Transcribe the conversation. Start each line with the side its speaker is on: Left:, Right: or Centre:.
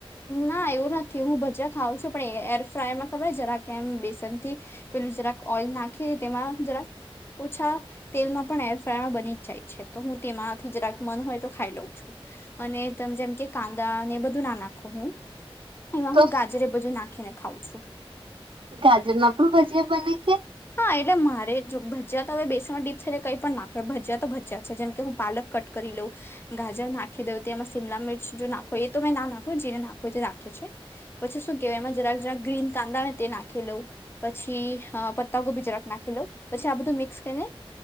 Left: ના એવું નથી હું ભજીયા ખાઉં છું પણ એરફ્રાયમાં ખબર જરા કે એમ બેસન થી પેલું જરાક ઓઈલ નાખે તેમાં જરાક ઓછા તેલમાં પણ એરફ્રાયમાં બની જ જાય છે તો હું તેમાંથી જરાક મન હોય તો ખાઈ લઉં છું. અને તમે જેમ કે કાંદા ને એ બધું ના નાખ <unintelligible> હું એમાં
Right: તો
Left: હું ગાજરે બધું નાખીને ખાઉ છું.
Right: ગાજર ના પણ ભજીયા બને કે?
Left: હા એટલે મારે જો ભજીયા તો હવે બેસન ડીપ્ એટલે કંઈ પણ નાખો ભજીયા તો ભજીયા છે જેમ કે હું પાલક કટ કરી લઉ ગાજર નાખી દઉ તે એમાં શિમલા મિર્ચ જો ના ખોવો હોય એ તો મેં ના નાખુ જે ને નાખો હોય તે નાખે છે. પછી શું કહેવાય એમાં જરાક જરાક ગ્રીન કાંદા હોય તે નાખી લઉં પછી હા પત્તા ગોભી જરાક નાખી લઉ પછી આ બધું મિક્સ કરીને